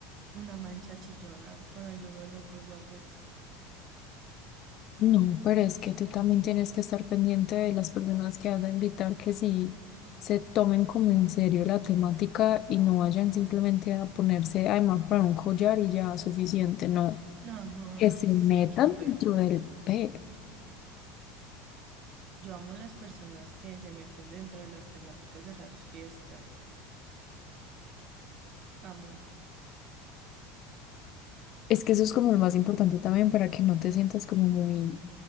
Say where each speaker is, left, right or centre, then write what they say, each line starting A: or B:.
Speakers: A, on the right; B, on the left.
A: una mancha chillona con alguno de los dos outfits.
B: No, pero es que tú también tienes que estar pendiente de las personas que vas a invitar, que sí se tomen como en serio la temática y no vayan simplemente a ponerse, además, para un collar y ya suficiente, no,
A: Ajá,
B: que se
A: ay, sí,
B: metan
A: qué aburrido.
B: dentro del pe.
A: Yo amo las personas que se meten dentro de las temáticas de las fiestas. Amo.
B: Es que eso es como lo más importante también para que no te sientas como muy,